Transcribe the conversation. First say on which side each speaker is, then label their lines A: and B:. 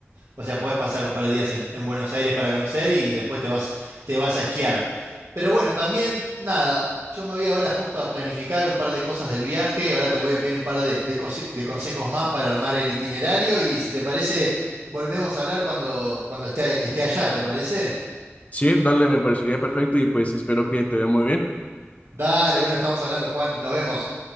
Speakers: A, on the right; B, on the left.
A: O sea, podés pasar un par de días en, en Buenos Aires para conocer y después te vas, te vas a esquiar. Pero bueno, también, nada, yo me voy ahora justo a planificar un par de cosas del viaje. Ahora te voy a pedir un par de, de conse- de consejos más para armar el itinerario y si te parece, volvemos a hablar cuando, cuando esté, esté allá, ¿te parece?
B: Sí, dale, me parecería perfecto y pues espero que te vea muy bien.
A: Dale, bueno, estamos hablando, Juan, nos vemos.